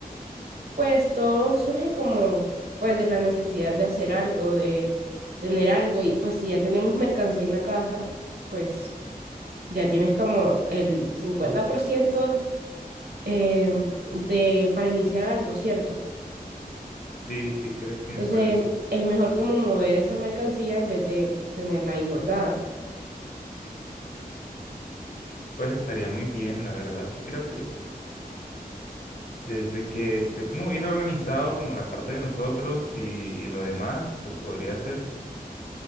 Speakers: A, on the right; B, on the left.
A: Pues todo surge como pues de la necesidad de hacer algo, de tener algo y pues si ya tenemos mercancía en la casa, pues ya tienes como el 50% em, de para iniciar algo, ¿cierto?
B: Sí, sí, creo, sí me
A: Entonces
B: parece.
A: es mejor como mover esa mercancía en vez de tenerla ahí guardada.
B: Pues estaría muy bien, la verdad. Sí creo que desde que esté como bien organizado, como la parte de nosotros y, y lo demás, pues podría ser.